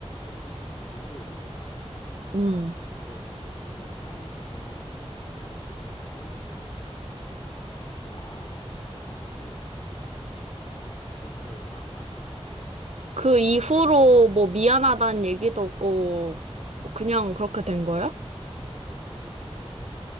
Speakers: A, on the left; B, on the right.
A: 애꾸는 사람 도둑몰이 하는 거냐?
B: 음.
A: 했는데, 막, 없으면 뭐 다행이지, 뭐, 어, 미안하고 그냥 가는 거지, 뭐. 아, 진짜, 이거, 아, 지금 생각해도 화난다. <laughs>
B: 그 이후로 뭐 미안하다는 얘기도 없고, 뭐 그냥 그렇게 된 거야?
A: 근데 이게 끝이 아니야.